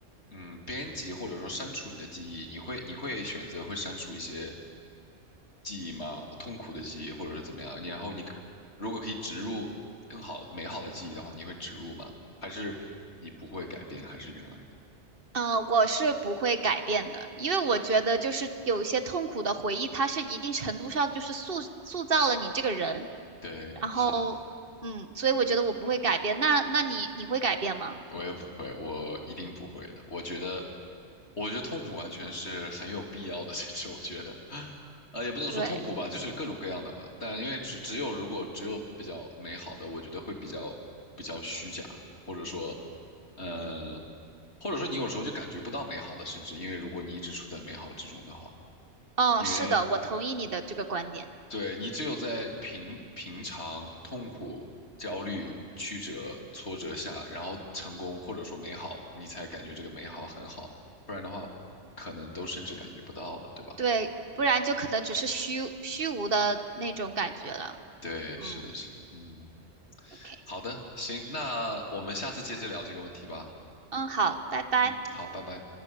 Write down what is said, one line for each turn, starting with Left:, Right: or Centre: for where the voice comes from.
Left: 嗯，编辑或者说删除你的记忆，你会你会选择会删除一些记忆吗？痛苦的记忆，或者是怎么样？你然后你可如果可以植入更好美好的记忆的话，你会植入吗？还是你不会改变，还是原来的？
Right: 呃，我是不会改变的，因为我觉得就是有一些痛苦的回忆，它是一定程度上就是塑塑造了你这个人。
Left: 对，
Right: 然后，
Left: 是的。
Right: 嗯，所以我觉得我不会改变。那那你你会改变吗？
Left: 我也不会，我一定不会的。我觉得，我觉得痛苦完全是很有必要的，<laughs> 甚至我觉得，呃，也不能说痛苦吧，
Right: 对，
Left: 就是各种各样的吧。但因为只只有如果只有比较美好的，我觉得会比较比较虚假，或者说，呃，或者说你有时候就感觉不到美好了，甚至因为如果你一直处在美好之中的话，
Right: 嗯，
Left: 因为
Right: 是的，我同意你的这个观点。
Left: 对，你只有在平平常、痛苦、焦虑、曲折、挫折下，然后成功或者说美好，你才感觉这个美好很好，不然的话，可能都甚至感觉不到了，对吧？
Right: 对，不然就可能只是虚虚无的那种感觉了。
Left: 对，
Right: 嗯
Left: 是的，是的，嗯，
Right: ，OK，
Left: 好的，行，那我们下次接着聊这个问题吧。
Right: 嗯，好，拜拜。
Left: 嗯，好，拜拜。